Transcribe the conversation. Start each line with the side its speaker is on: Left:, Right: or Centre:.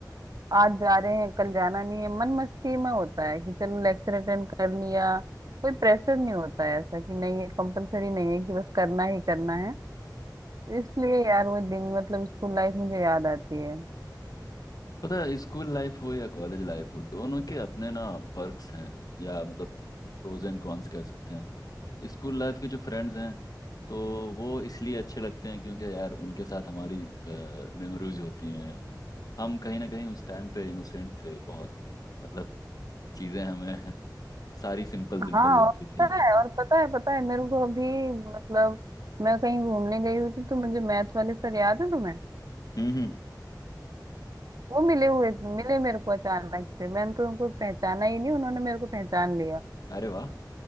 Right: आज जा रहे हैं कल जाना नहीं है मन मस्ती में होता है कि चलो लेक्चर अटेंड कर लिया कोई प्रेशर नहीं होता है ऐसा कि नहीं ये कंपलसरी नहीं है कि बस करना ही करना है तो इसलिए यार वो दिन मतलब स्कूल लाइफ मुझे याद आती है
Left: पता है स्कूल लाइफ हो या कॉलेज लाइफ हो दोनों के अपने ना पर्क्स हैं या मतलब प्रोज एंड कॉन्स कह सकते हैं स्कूल लाइफ के जो फ्रेंड्स हैं तो वो इसलिए अच्छे लगते हैं क्योंकि यार उनके साथ हमारी मेमोरीज होती हैं हम कहीं ना कहीं उस टाइम पे इनोसेंट थे बहुत मतलब चीज़ें हमें <laughs> सारी सिंपल सिंपल
Right: हाँ
Left: लगती
Right: और
Left: थी
Right: पता है और पता है पता है मेरे को अभी मतलब मैं कहीं घूमने गई हुई थी तो मुझे मैथ वाले सर याद है तुम्हें
Left: हम्म हम्म।
Right: वो मिले हुए मिले मेरे को अचानक से मैंने तो उनको पहचाना ही नहीं उन्होंने मेरे को पहचान लिया
Left: अरे वाह